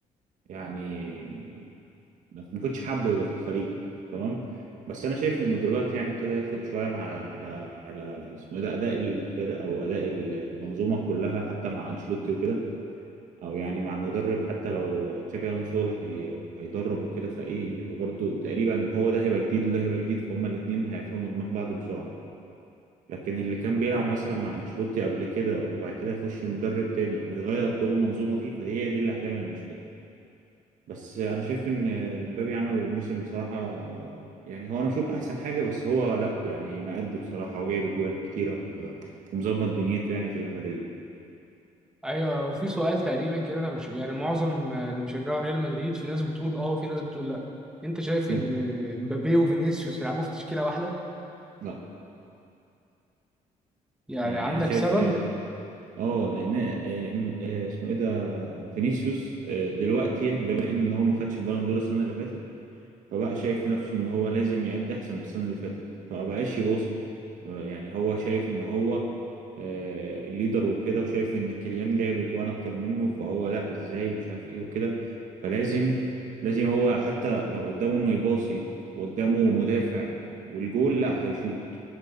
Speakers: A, on the right; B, in the centre.
A: يعني ما كنتش حابه يبقى في الفريق تمام بس انا شايف انه دلوقتي يعني ابتدى ياخد شويه مع على على اسمه إيه ده اداء الفرقه او اداء المنظومه كلها حتى مع انشيلوتي وكده او يعني مع المدرب حتى لو تشافي الونسو اللي هي... هيدرب وكده فايه يبقى برضه تقريبا هو ده هيبقى جديد وده هيبقى جديد فهم الاثنين هيفهموا دماغ بعض بسرعه لكن اللي كان بيلعب مثلا مع انشيلوتي قبل كده وبعد كده يخش مدرب تاني ويغير كل المنظومه دي فدي هي دي اللي هتعمل المشكله بس انا شايف ان مبابي عمل الموسم بصراحه يعني هو انا مش هقول احسن حاجه بس هو لا يعني مأدي بصراحه وجايب اجوال كتيره و- ومظبط دنيته يعني في ريال مدريد
B: ايوه هو في سؤال تقريبا كده انا مش يعني معظم آه، اللي بيشجعوا ريال مدريد في ناس بتقول اه وفي ناس بتقول لا انت شايف
A: مم.
B: ان امبابي وفينيسيوس يلعبوا في تشكيلة واحدة
A: لا
B: يعني
A: يعني
B: عندك
A: انا شايف
B: سبب
A: اه آه، لان آه، آه، اسمه ايه ده فينيسيوس آه، دلوقتي بما ان إن هو ما خدش البالون دور السنه اللي فاتت فبقى شايف نفسه ان هو لازم يأدي احسن من السنة اللي فاتت فمبقاش يباصي يعني هو شايف ان هو آه، الليدر وكده وشايف ان كيليان جايب اجوان اكتر منه فهو لا ازاي مش عارف ايه وكده فلازم لازم هو حتى لو قدامه انه يباصي وقدامه مدافع والجول لا هيشوط